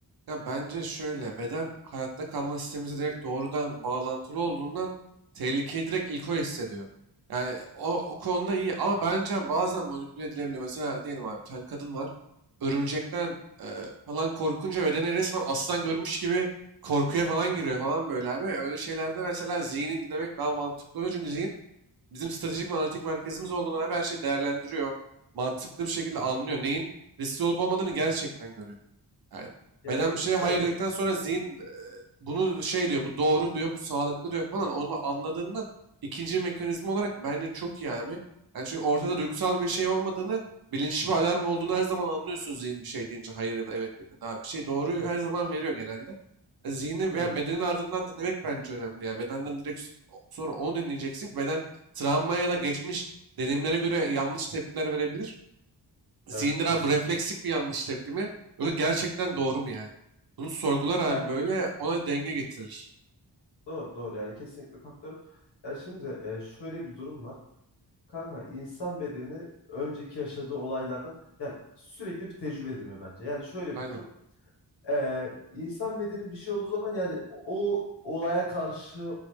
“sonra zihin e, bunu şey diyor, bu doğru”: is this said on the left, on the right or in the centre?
Right